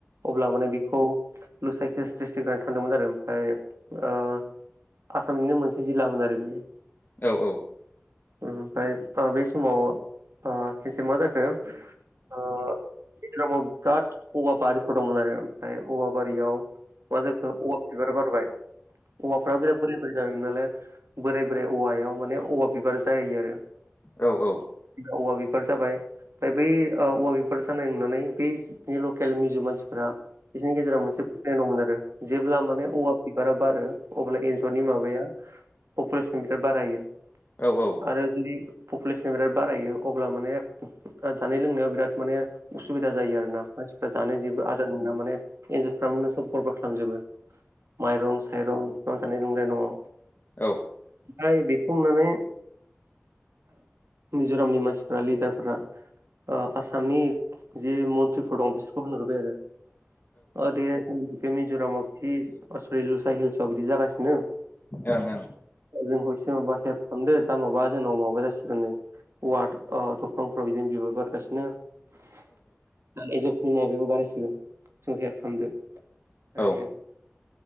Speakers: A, on the right; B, on the left.
A: अब्ला माने बेखौ लुसाइ हिल्स डिस्टिकनिफ्राय थांदोंमोन आरो। ओमफ्राय ओ आसामनिनो मोनसे जिल्लामोन आरो बियो।
B: औ औ
A: ओमफ्राय ओ बे समाव ओ खोनसे मा जाखो ओ गेजेरावबो बिराद औवा बारिफोर दंमोन आरो ओमफ्राय औवा बारियाव मा जाखो औवा बिबार बारबाय औवाफ्राबो बिराद बोरो बै जांनालाय बोराय बोराय औवायाव माने औवा बिबार जायो आरो।
B: औ औ
A: औवा बिबार जाबाय ओमफ्राय बै ओ औवा बिबार जानाय नुनानै बै बिनि लकेल मिउजि मानसिफोरा बिसोरनि गेजेराव मोनसे फोथायनाय दंमोन आरो जेब्ला माने औवा बिबारा बारो अब्ला एन्जरनि माबाया पपुलेसन बिराद बारायो।
B: औ औ
A: आरो जुदि पपुलेसना बिराद बारायो अब्ला माने जानाय लोंनायाव बिराद माने उसुबिदा जायो आरोना मानसिफ्रा जानो जेबो आ मोजां मोना माने एन्जरफ्रा मे सब गरबार खालामजोबो माइरं साइरं न <unintelligible> नंलाय नयाव
B: औ
A: ओमफ्राय बेखौ नुनानै मिज'रामनि मानसिफोरा लिडारफोरा ओ आसामनि जि मन्थ्रिफोर दं बिसोरखौ होनहरबाय आरो अ दे जोंनि बे मिज'रामाव बिदि आसरि लुसा हिल्सआव बिदि जागासिनो
B: ओं ओं
A: जोंखौ एसे माबा हेल्प खालामदो दा माबा जोंनाव माबा जासिगोन नै औवा ओ बिफांफ्रा बिदिनो बिबारबारगासिनो दा एनजरफोरनि माबायाबो बारायसिगोन। जोंखौ हेल्प खालामदो ओमफाय
B: औ औ